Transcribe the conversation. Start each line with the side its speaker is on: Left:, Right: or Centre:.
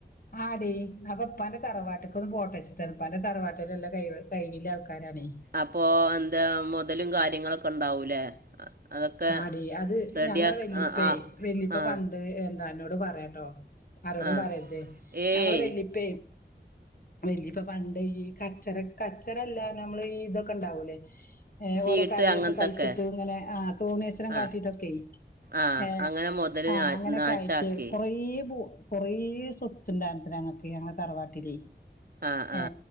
Left: ആടി അപ്പൊ ഉപ്പാന്റെ തറവാട്ടക്ക് ഒന്ന് പോട്ടെ എന്ന് വെച്ചിട്ടാണ് ഉപ്പാന്റെ തറവാട്ടിലോര്ല്ലാം കഴ്‌വ് ഉള്ള ആൾക്കാരാണേ.
Right: അപ്പൊ എന്താ മുതലും കാര്യങ്ങളൊക്കെ ഉണ്ടാവൂലേ? അതൊക്കെ
Left: ആടി അത്
Right: റെഡിയാക്ക
Left: ഞങ്ങളെ വല്ലിപ്പേ
Right: ആ ആ
Left: വല്ലിപ്പ
Right: ആ
Left: പണ്ട്. ന്നോട് പറയാട്ടോ ആരോടും
Right: ആ
Left: പറയരുത്.
Right: ഏയ്
Left: ഞങ്ങള് വെല്ലിപ്പ വലിയ ഇപ്പ പണ്ട് ഈ കച്ചറ കച്ചറല്ല നമ്മള് ഇതൊക്കെ ഇണ്ടാവൂലേ
Right: ചീട്ട്
Left: ഓരോ കളിയൊക്കെ
Right: അങ്ങനത്തൊക്കെ
Left: കളിച്ചിട്ടും ഇങ്ങനെ ആ തോണേശ്വരം കാട്ടിയിട്ടൊക്കെ.
Right: ആ ആ
Left: ഏ
Right: അങ്ങനെ മുതൽ
Left: ആ
Right: നാ
Left: അങ്ങനെയൊക്കെ
Right: നാശാക്കി
Left: ആയിട്ട്. കൊറ ഭു കൊറ സ്വത്ത്ണ്ടായിത ഞങ്ങക്ക് ഞങ്ങെ തറവാട്ടില്.
Right: ആ
Left: ഏ
Right: ആ